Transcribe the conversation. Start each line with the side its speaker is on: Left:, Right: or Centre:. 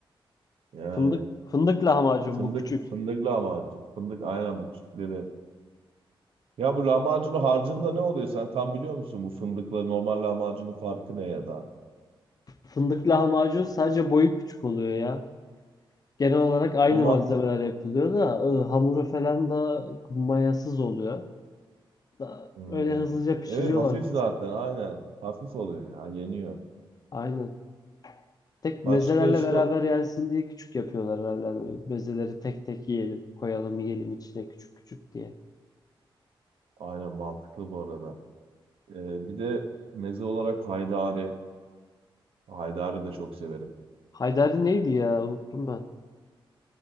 Right: Yani
Left: Fındık fındık lahmacun
Right: fındık,
Left: bu küçük.
Right: fındık lahmacun. Fındık aynen bu küçükleri. Ya bu lahmacunun harcında ne oluyor? Sen tam biliyor musun bu fındıkla normal lahmacunun farkı ne ya da?
Left: Fındık lahmacun sadece boyu küçük oluyor ya. Genel olarak aynı
Right: Ona
Left: malzemeler yapılıyor da e, hamuru falan da mayasız oluyor. Da,
Right: Hmm,
Left: öyle hızlıca pişiriyorlar.
Right: evet hafif zaten aynen. Hafif oluyor ya yeniyor.
Left: Aynen. Tek
Right: Başka
Left: mezelerle
Right: işte
Left: beraber yensin diye küçük yapıyorlar herhalde. Hani mezeleri tek tek yiyelim, koyalım, yiyelim içine küçük küçük diye.
Right: aynen mantıklı bu arada. E, bir de meze olarak haydari. Haydari de çok severim.
Left: Haydari neydi ya? Unuttum ben.